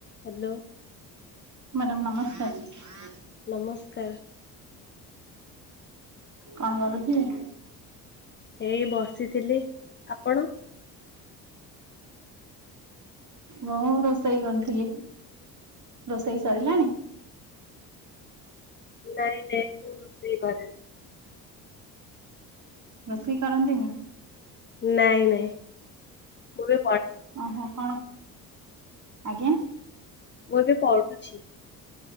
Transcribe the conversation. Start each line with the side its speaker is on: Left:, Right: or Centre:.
Left: Hello
Right: madam ନମସ୍କାର।
Left: ନମସ୍କାର।
Right: କଣ କରୁଥିଲେ?
Left: ଏଇ ବସିଥିଲି। ଆପଣ?
Right: ମୁଁ ରୋଷେଇ କରୁଥିଲି। ରୋଷେଇ ସରିଲାଣି?
Left: ନାଇଁ ନାଇଁ ମୁଁ ରୋଷେଇ କରିନି।
Right: ରୋଷେଇ କରନ୍ତିନି?
Left: ନାଇଁ ନାଇଁ ମୁଁ ବି
Right: ଓହୋ। କଣ? ଆଜ୍ଞା।
Left: ମୁଁ ଏବେ ପଢୁଛି।